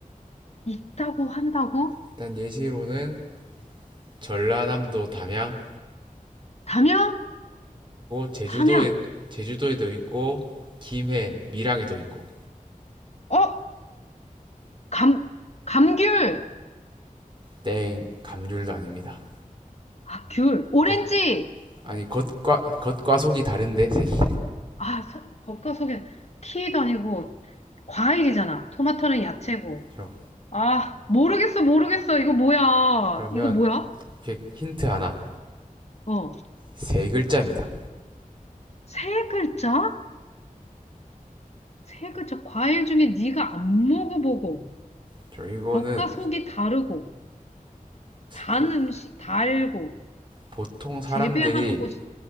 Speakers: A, on the left; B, on the right.
A: 있다고 한다고?
B: 일단 예시로는 전라남도 담양하고
A: 담양?
B: 제주도에,
A: 담양.
B: 제주도에도 있고, 김해, 밀양에도 있고,
A: 어? 감, 감귤.
B: 땡, 감귤도 아닙니다.
A: 아, 귤. 오렌지.
B: 거, 아니 겉과 겉과 속이 다른데 색이.
A: 아, 서- 겉과 속에 키위도 아니고 과일이잖아. 토마토는 야채고.
B: 저
A: 아, 모르겠어, 모르겠어. 이거 뭐야?
B: 그러면
A: 이거 뭐야?
B: 오케이 힌트 하나
A: 어.
B: 세 글자입니다.
A: 세 글자? 세 글자. 과일 중에 네가 안 먹어보고,
B: 저 이거는
A: 겉과 속이 다르고, 단
B: 보,
A: 음식, 달고,
B: 보통 사람들이
A: 재배하는 곳이